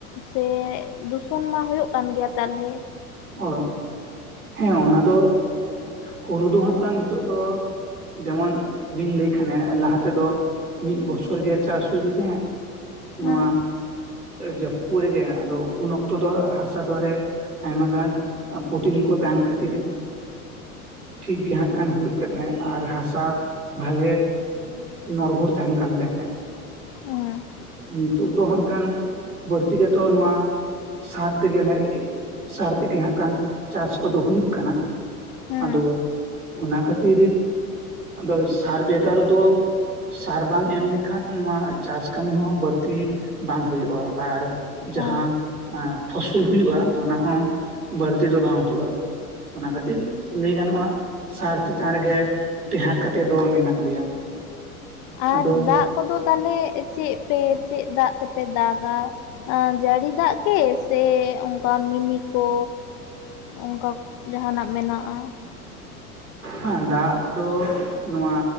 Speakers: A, on the left (about 40°); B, on the right (about 75°).
A: ᱥᱮ ᱫᱩᱥᱚᱱ ᱢᱟ ᱦᱩᱭᱩᱜ ᱠᱟᱱ ᱜᱮᱭᱟ ᱛᱟᱞᱦᱮ᱾
B: ᱚᱲᱟ, ᱦᱮᱸ ᱚᱱᱟ ᱫᱚ ᱦᱩᱨᱩ ᱫᱚ ᱦᱟᱸᱜ ᱠᱷᱟᱱ ᱱᱤᱛᱚᱜ ᱫᱚ ᱡᱮᱢᱚᱱ ᱵᱤᱱ ᱞᱟᱹᱭ ᱠᱷᱟᱱ ᱞᱟᱦᱟ ᱛᱮᱫᱚ ᱢᱤᱫ ᱵᱚᱪᱷᱚᱨ ᱜᱮ ᱪᱟᱥ ᱦᱩᱭᱩᱜ ᱛᱟᱦᱮᱸᱜ ᱾ ᱱᱚᱣᱟ
A: ᱦᱮᱸ
B: ᱡᱟᱹᱯᱩᱜ ᱨᱮᱜᱮ ᱟᱫᱚ ᱩᱱ ᱚᱠᱛᱚ ᱦᱟᱥᱟ ᱫᱚᱨᱮ ᱟᱭᱢᱟ ᱯᱨᱳᱴᱤᱱ ᱠᱚ ᱛᱟᱱ ᱠᱷᱟᱹᱛᱤᱨ ᱴᱷᱤᱠ ᱜᱮ ᱦᱟᱸᱜ ᱦᱩᱭᱩᱜ ᱠᱟᱱ ᱛᱟᱦᱮᱸᱫ ᱟᱨ ᱦᱟᱥᱟ ᱵᱷᱟᱜᱮ ᱱᱚᱲᱵᱷᱳᱨ ᱛᱟᱦᱮᱱ ᱠᱟᱱ ᱛᱟᱦᱮᱸᱜ ᱾
A: ᱦᱮᱸ
B: ᱱᱤᱛᱚᱜ ᱫᱚ ᱦᱟᱸᱜ ᱠᱷᱟᱱ ᱵᱟᱹᱲᱛᱤ ᱜᱮᱛᱚ ᱱᱚᱣᱟ ᱥᱟᱨ ᱛᱮᱜᱮ ᱥᱟᱨ ᱛᱮᱜᱮ ᱦᱟᱸᱜ ᱪᱟᱥ ᱠᱚᱫᱚ ᱦᱩᱭᱩᱜ ᱠᱟᱱᱟ᱾
A: ᱦᱮᱸ
B: ᱟᱸᱫᱚ ᱚᱱᱟ ᱠᱷᱟᱹᱛᱤᱨ ᱟᱫᱚ ᱥᱟᱨ ᱵᱷᱮᱜᱟᱨ ᱫᱚ ᱥᱟᱨ ᱵᱟᱝ ᱮᱢ ᱞᱮᱠᱷᱟᱱ ᱱᱚᱣᱟ ᱪᱟᱥ ᱠᱟᱹᱢᱤ ᱦᱚᱸ ᱵᱟᱹᱲᱛᱤ ᱵᱟᱝ ᱦᱩᱭᱩᱜᱼᱟ ᱟᱨ ᱡᱟᱦᱟᱸ
A: ᱚ
B: ᱮᱸ ᱯᱷᱚᱥᱚᱞ ᱦᱩᱭᱩᱜᱼᱟ ᱚᱱᱟ ᱦᱚᱸ ᱵᱟᱹᱲᱛᱤ ᱫᱚ ᱵᱟᱝ ᱦᱩᱭᱩᱜᱼᱟ᱾ ᱚᱱᱟ ᱠᱷᱟᱹᱛᱤᱨ ᱞᱟᱹᱭ ᱜᱟᱱᱚᱜᱼᱟ ᱥᱟᱨ ᱪᱮᱛᱟᱱ ᱨᱮᱜᱮ ᱴᱮᱸᱦᱴ ᱠᱟᱛᱮᱫ ᱫᱚ ᱢᱮᱱᱟᱜ ᱞᱮᱭᱟ᱾
A: ᱟᱨ
B: ᱟᱫᱚ
A: ᱫᱟᱜ ᱠᱚᱫᱚ ᱛᱟᱦᱚᱞᱮ ᱪᱮᱫ ᱯᱮ ᱪᱮᱫ ᱫᱟᱜ ᱛᱮᱯᱮ ᱫᱟᱜᱟ᱾ ᱡᱟᱹᱲᱤ ᱫᱟᱜ ᱜᱮ ᱥᱮ ᱚᱱᱠᱟ ᱢᱤᱱᱤ ᱠᱚ ᱚᱱᱠᱟ ᱡᱟᱦᱟᱸ ᱱᱟᱜ ᱢᱮᱱᱟᱜᱼᱟ᱾
B: ᱦᱮᱸ ᱫᱟᱜ ᱫᱚ ᱱᱚᱣᱟ